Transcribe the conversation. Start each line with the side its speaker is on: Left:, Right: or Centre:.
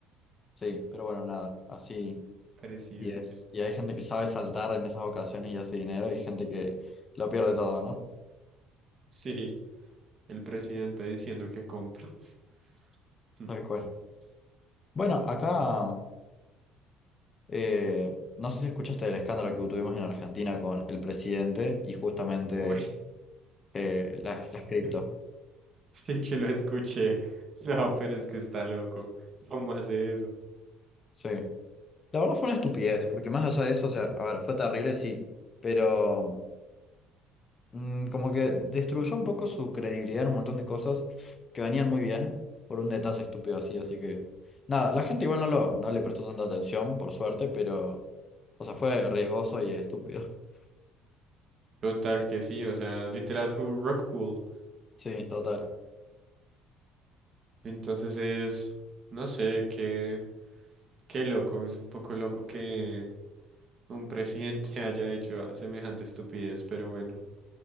Left: Sí, pero bueno, nada, así
Right: Presidente.
Left: y es. Y hay gente que sabe saltar en esas ocasiones y hace dinero y gente que lo pierde todo, ¿no?
Right: Sí. El presidente diciendo que compres. Mm.
Left: Tal cual. Bueno, acá... Eh, no sé si escuchaste el escándalo que tuvimos en Argentina con el presidente y justamente
Right: Uy,
Left: eh, las,
Right: <laughs>
Left: las cripto.
Right: sí, sí que lo escuché. No, pero es que está loco. ¿Cómo hace eso?
Left: Sí. La verdad fue una estupidez, porque más allá de eso, o sea, a ver, fue terrible, sí, pero mm, como que destruyó un poco su credibilidad en un montón de cosas que venían muy bien por un detalle estúpido así, así que nada, la gente igual no lo, no le prestó tanta atención, por suerte, pero, o sea, fue riesgoso y estúpido. <laughs>
Right: Total que sí, o sea, literal fue un rock pool.
Left: Sí, total.
Right: Entonces es, no sé, qué, qué loco, es un poco loco que un presidente <laughs> haya hecho semejante estupidez, pero bueno.